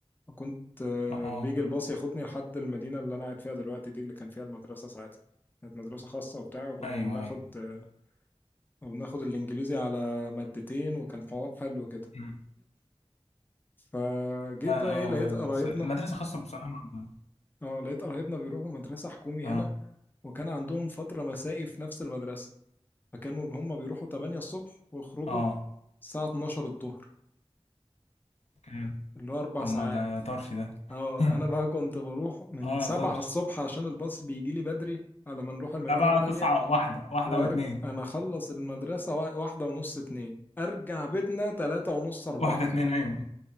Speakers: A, on the left; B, on the left.
A: وكنت آه،
B: اه
A: بيجي الباص ياخدني لحد المدينة اللي انا قاعد فيها دلوقتي دي اللي كان فيها المدرسة ساعتها كانت مدرسة خاصة وبتاع وكنا
B: ايوه
A: بناخد آه، بناخد الانجليزي على مادتين وكان حوار حلو كده
B: ايوه
A: فجيت
B: لا
A: بقى
B: اه
A: ايه لقيت قرايبنا
B: بس المدرسة خاصة بصراحة ما-
A: اه لقيت قرايبنا بيروحوا مدرسة حكومي
B: اه
A: هنا وكان عندهم فترة مسائي في نفس المدرسة فكانوا اللي هم بيروحوا 8 الصبح ويخرجوا
B: اه
A: الساعة 12 الظهر
B: اوكي
A: اللي هو أربع
B: طب
A: ساعات
B: ما ده طرش ده
A: اه
B: <laughs>
A: أنا بقى كنت بروح من
B: اه
A: 7
B: طرش
A: الصبح عشان الباص بيجي لي بدري على ما نروح المدينة
B: لا بقى
A: التانية
B: تسعة واحدة واحدة
A: وأرجع
B: واتنين
A: أنا أخلص المدرسة وا- واحدة ونص اتنين أرجع بيتنا تلاتة ونص أربعة
B: واحدة اتنين ايوه